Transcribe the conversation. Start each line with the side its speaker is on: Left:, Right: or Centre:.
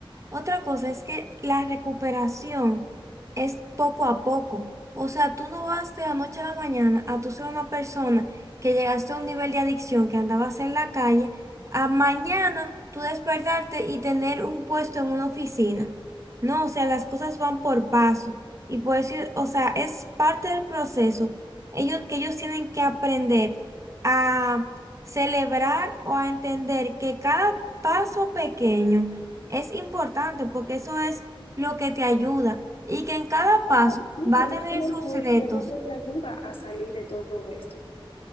Right: Otra cosa es que la recuperación es poco a poco. O sea, tú no vas de la noche a la mañana a tú ser una persona que llegaste a un nivel de adicción que andabas en la calle, a mañana tú despertarte y tener un puesto en una oficina. No, o sea, las cosas van por paso. Y por eso, o sea, es parte del proceso. Ellos, que ellos tienen que aprender a celebrar o a entender que cada paso pequeño es importante porque eso es lo que te ayuda y que en cada paso
Left: Ah, sí,
Right: va
Left: que
Right: a
Left: justamente
Right: tener sus retos
Left: es, es lo que te ayuda a salir de todo esto.